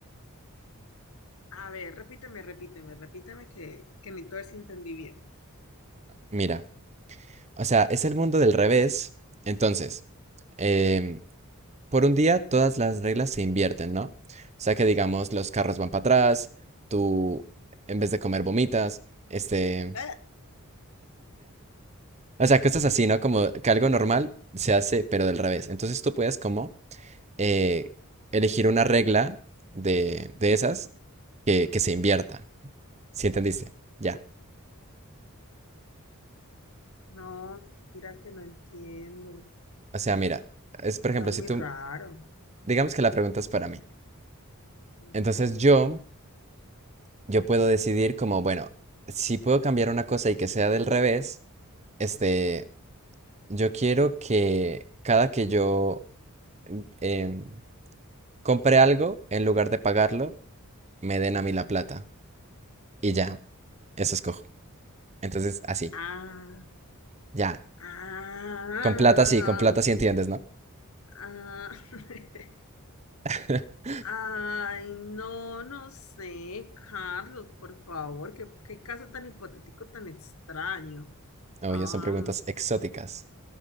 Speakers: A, on the left; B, on the right.
A: A ver, repíteme, repíteme, repíteme que, que necesito ver si entendí bien.
B: Mira. O sea, es el mundo del revés. Entonces, em, por un día todas las reglas se invierten, ¿no? O sea que digamos, los carros van para atrás, tú en vez de comer vomitas, este...
A: Eh,
B: O sea, cosas así, ¿no? Como que algo normal se hace, pero del revés. Entonces tú puedes como eh, elegir una regla de, de esas que, que se invierta. ¿Sí entendiste? Ya.
A: No, mira que no entiendo.
B: O sea, mira, es por ejemplo,
A: Está muy
B: si tú,
A: raro.
B: digamos que la pregunta es para mí.
A: Ujú.
B: Entonces yo... yo puedo decidir como, bueno, si puedo cambiar una cosa y que sea del revés, este, yo quiero que cada que yo mm, em, compre algo, en lugar de pagarlo, me den a mí la plata. Y ya, eso escojo. Entonces, así,
A: Ah,
B: ya.
A: ah,
B: Con plata sí, con plata sí entiendes, ¿no?
A: ah. <laughs>
B: <laughs>
A: Ay, no, no sé, Carlos, por favor, qué, qué caso tan hipotético, tan extraño.
B: Oye,
A: Ah,
B: son preguntas exóticas.